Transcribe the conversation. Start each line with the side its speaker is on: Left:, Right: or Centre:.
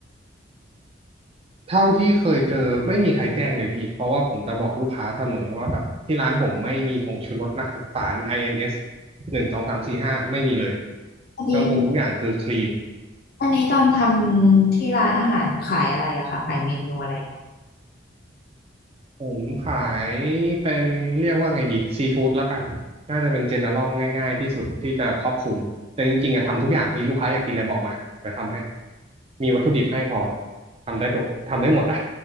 Right: เท่าที่เคยเจอไม่มีใครแจ้งเลยพี่ เพราะว่าผมจะบอกลูกค้าเสมอว่าแบบที่ร้านผมไม่มีผงชูรสนะครับสาร INS หนึ่งสองสามสี่ห้าไม่มีเลย
Left: อันนี้
Right: เครื่องปรุงทุกอย่างคือคลีน
Left: อันนี้ตอนทำที่ร้านอาหารขายอะไรอะคะขายเมนูอะไรนะ
Right: ผมขายเป็นเรียกว่าไงดีซีฟู้ดละกันน่าจะเป็นเจเนอรัลง่ายๆที่สุดที่จะครอบคลุม แต่จริงๆอะทำทุกอย่างพี่ลูกค้าอยากกินอะไรบอกมาเดี๋ยวทำให้มีวัตถุดิบให้พอทำได้ดกทำได้หมดอะ